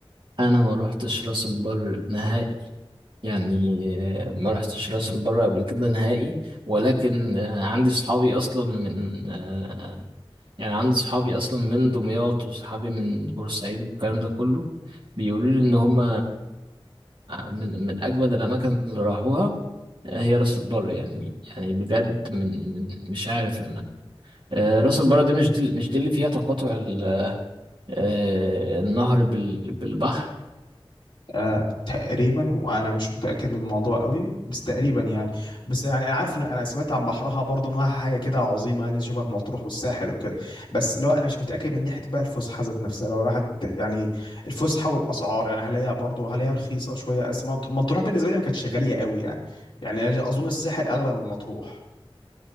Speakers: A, on the right; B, on the left.
A: انا ما روحتش راس البر نهائي يعني آه، ما روحتش راس البر قبل كده نهائي ولكن آه، عندي صحابي اصلا من آه، يعني عندي صحابي اصلا من دمياط وصحابي من بورسعيد والكلام ده كله بيقولوا لي ان هم من من اجمد الاماكن اللي راحوها آه، هي راس البر يعني يعني بجد من من مش عارف انا آه، راس البر دي مش دي مش دي اللي فيها تقاطع ال- آه، النهر بال- بالبحر
B: آه تقريبا وانا مش متاكد من الموضوع قوي بس تقريبا يعني بس يعني انا عارف ان انا سمعت عن بحرها برضه انها حاجه كده عظيمه يعني شبه مطروح والساحل وكده بس لو انا مش متاكد من ناحيه بقى الفسحه ذات نفسها لو راحت يعني الفسحه والاسعار يعني هل هي برضه هل هي رخيصه شويه أس- مط- مطروح بالنسبه لي ما كانتش غاليه قوي يعني يعني أنا اظن الساحل اغلى من مطروح